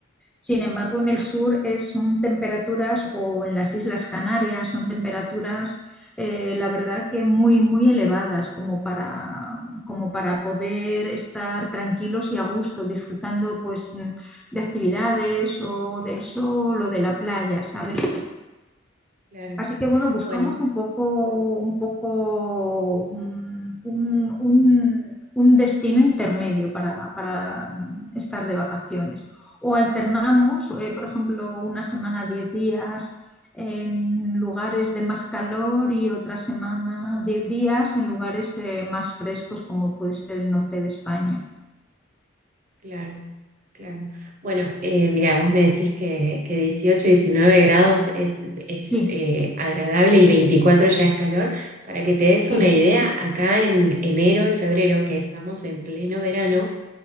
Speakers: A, in the centre; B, on the right.
A: Sin embargo, en el sur es, son temperaturas, o en las Islas Canarias, son temperaturas, eh, la verdad que muy, muy elevadas, como para, como para poder estar tranquilos y a gusto, disfrutando pues mm, de actividades o del sol o de la playa, ¿sabes?
B: claro.
A: Así que bueno, buscamos
B: Bueno.
A: un poco, un poco un, un- un- un destino intermedio para, para estar de vacaciones. O alternamos, eh, por ejemplo, una semana, 10 días en lugares de más calor y otra semana, 10 días en lugares eh, más frescos, como puede ser el norte de España.
B: Claro, claro. Bueno, eh, mira, vos me decís que, que 18, 19 grados es, es
A: Sí,
B: eh, agradable y 24 ya es calor. Para que te des
A: sí.
B: una idea, acá en enero y febrero, que estamos en pleno verano,